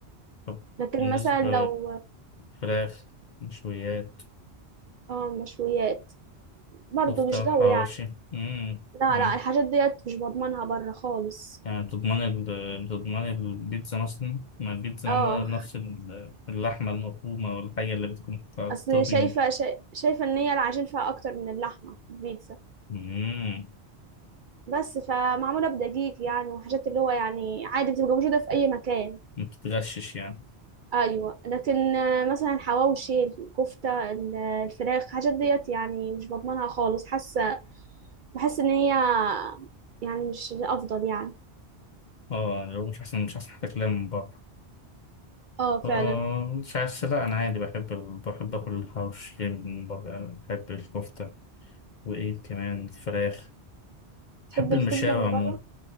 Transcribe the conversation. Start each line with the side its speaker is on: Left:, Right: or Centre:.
Left: طب
Right: لكن
Left: بالنسبه
Right: مثلا لو
Left: فراخ مشويات
Right: اه مشويات برضو
Left: كفته
Right: مش جو
Left: وحواوشي
Right: يعني
Left: مم.
Right: لا
Left: يعني
Right: لا الحاجات ديت مش بضمنها بره خالص
Left: يعني بتضمن ال... بتضمن البيتزا مثلا ما البيتزا
Right: اه
Left: معمولة بنفس ال- اللحمة المفرومة والحاجة اللي بتكون على
Right: اصل
Left: التوبينج
Right: شايفه شا- شايفه ان هي العجين فيها اكتر من اللحمه في البيتزا
Left: مم.
Right: بس فمعموله بدقيق يعني وحاجات اللي هو يعني عادي بتبقى موجوده في اي مكان
Left: ما بتتغشش يعني
Right: ايوه لكن آه، مثلا الحواوشي الكفته ال- الفراخ الحاجات ديت يعني مش بضمنها خالص حاسه بحس ان هي يعني مش الافضل يعني
Left: اه لو مش احسن مش احسن حتى كلام من بره
Right: اه فعلا
Left: آه مش عارف لا انا عادي بحب ال... بحب اكل الحواوشي من بره يعني بحب الكفته وايه كمان الفراخ
Right: تحب
Left: بحب المشاوي
Right: الكبدة من
Left: عموما
Right: بره